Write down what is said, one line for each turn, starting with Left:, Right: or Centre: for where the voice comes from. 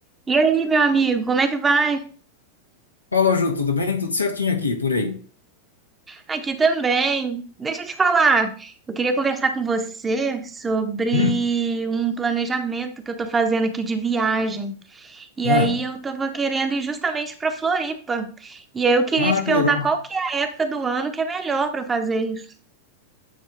Right: E aí, meu amigo, como é que vai?
Left: Fala, Ju, tudo bem? Tudo certinho aqui, por aí.
Right: Aqui também. Deixa eu te falar. Eu queria conversar com você sobre
Left: Hum,
Right: um planejamento que eu tô fazendo aqui de viagem. E
Left: Ah,
Right: aí eu tava querendo ir justamente para Floripa. E aí eu queria
Left: ah,
Right: te perguntar
Left: que legal.
Right: qual que é a época do ano que é melhor para fazer isso.